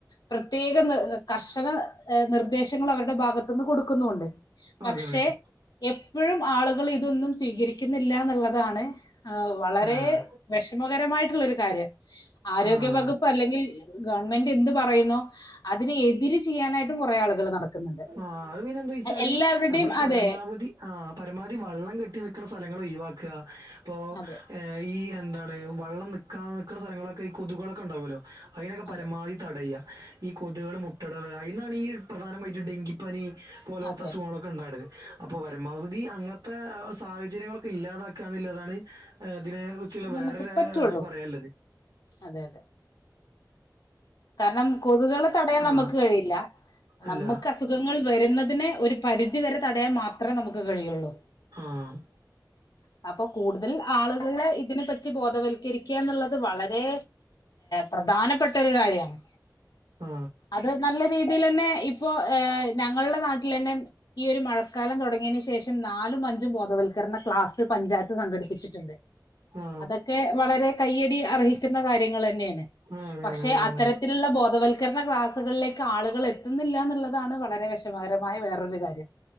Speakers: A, on the left; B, on the right.
A: പ്രത്യാക നി കർശന നിർദ്ദേശങ്ങൾ അവരുടെ ഭാഗത്ത്ന്ന് കൊട്ത്ത് കൊടുക്കുന്നുണ്ട്
B: കൊടുക്കുന്നുണ്ട്
A: പക്ഷെ എപ്പഴും ആളുകൾ ഇതൊന്നും സ്വീകരിക്ക്ന്നില്ല എന്നുള്ളതാണ് വളരെ
B: ആഹ്
A: വെഷമകരമായിട്ടുള്ളൊരു കാര്യം ആരോഗ്യ
B: ആഹ്
A: വകുപ്പ് അല്ലെങ്കിൽ ഗവൺമെന്റ് എന്ത് പറയുന്നോ അതിനെ എതിര് ചെയ്യാനായിട്ടും കുറേ ആളുകൾ നടക്കുന്നുണ്ട്
B: ആഹ് അത് പിന്നെന്താ ച്ചാല്
A: എല്ലാവരുടെയും
B: നമ്മൾ പരമാവധി
A: അതെ
B: ആഹ് പരമാവധി വള്ളം കെട്ടി നിക്ക്ന്ന സ്ഥല- ങള് ഒഴിവാക്ക അപ്പോ
A: അതെ
B: ഈ- ന്താണ് വള്ളം നിക്കാ നിക്ക്ണ സ്ഥലങ്ങളൊക്കെ ഈ കൊതുകുകളൊക്കെ ഉണ്ടാവല്ലോ അതിനെയൊക്കെ
A: അതെ
B: പരമാവി തടയാ ഈ കൊതുകൾ മുട്ടടുക ഐന്നാണ് ഈ പ്രധാനമായിട്ടും ഡെങ്കിപ്പനി പോലോത്ത
A: അതെ
B: അസുഖങ്ങളൊക്കെ
A: അതെ
B: ഉണ്ടാണിത് അപ്പൊ പരമാവധി അങ്ങത്തെ സാഹചര്യങ്ങളൊക്കെ ഇല്ലാതാക്കാന്ന്ള്ളതാണ് അതിനെ കുറിച്ചുള്ള
A: നമുക്ക്
B: വേറൊരു
A: പറ്റുള്ളൂ
B: എന്നാ പറയാൻള്ളത്
A: അതെ അതെ കാരണം കൊതുകൾ തടയാൻ
B: ആ
A: നമക്ക് കഴിയില്ല
B: അല്ല
A: നമുക്ക് അസുഖങ്ങൾ വരുന്നതിന് ഒരു പരിധി വരെ തടയാൻ മാത്രേ നമുക്ക് കഴിയുള്ളൂ
B: ആഹ്
A: <inaudible> അപ്പൊ കൂടുതൽ ആളുകളെ ഇതിനെ പറ്റി ബോധവൽക്കരിക്ക്യ എന്നുള്ളത് വളരെ പ്രധാനപ്പെട്ട ഒരു കാര്യാണ്
B: ആ ആ
A: അത് നല്ല രീതിയിൽ തന്നെ ഇപ്പോ ഏഹ് ഞങ്ങളുടെ നാട്ടിൽ തന്നെ ഈ ഒരു മഴക്കാലം തുടങ്ങിയതിനു ശേഷം നാല് ലും മഞ്ചും ബോധവൽക്കരണ ക്ലാസ് പഞ്ചായത്ത് സംഘടിപ്പിച്ചിട്ടുണ്ട്.
B: ആ,
A: അതൊക്കെ വളരെ കൈയ്യടി അർഹിക്കുന്ന കാര്യങ്ങൾ തന്നെണ്
B: ആണ്
A: പക്ഷെ
B: ആണ് ആണ്
A: അത്തരത്തി ബോധവൽക്കരണ ക്ലാസുകളിലേക്ക് ആളുകൾ എത്തുന്നില്ലന്നുള്ളതാണ് വളരെ വിഷമകരമായ വേറൊരു കാര്യം